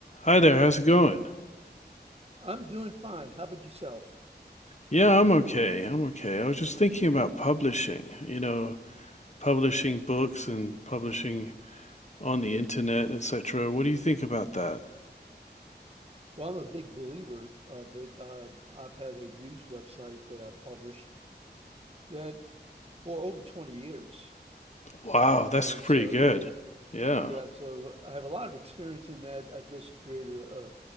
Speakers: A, on the left; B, on the right.
A: Hi there, how's it going?
B: I'm doing fine. How about yourself?
A: Yeah, I'm okay. I'm okay. I was just thinking about publishing, you know, publishing books and publishing on the internet, etc. What do you think about that?
B: Well, I'm a big believer of it. Uh, I've had a news website that I publish that for over 20 years.
A: Wow, that's
B: And
A: pretty
B: so,
A: good.
B: yeah,
A: Yeah.
B: yeah, so I have a lot of experience in that. I just created a